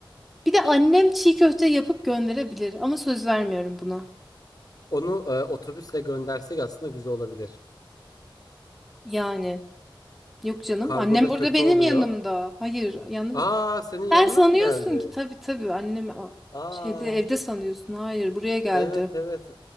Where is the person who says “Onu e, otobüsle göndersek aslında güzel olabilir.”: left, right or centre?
Left